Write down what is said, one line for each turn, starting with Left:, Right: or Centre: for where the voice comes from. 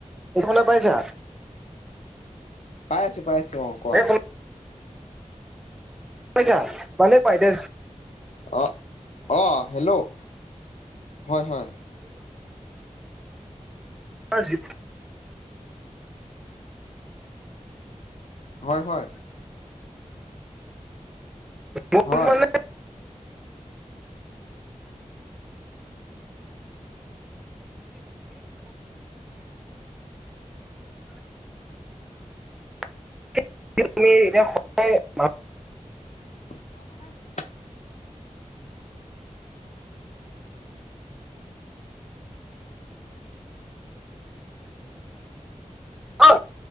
Centre: ইফালে পাইছা?
Left: পাইছো পাইছো। অ কোৱা?
Centre: এই শুনা পাইছা। মানে পাইটেছ
Left: অ অ হেল্ল', হয় হয়।
Centre: আজিত
Left: হয় হয়।
Centre: <unintelligible>
Left: হয়। <unintelligible>
Centre: <unintelligible>
Left: <unintelligible>
Centre: অহ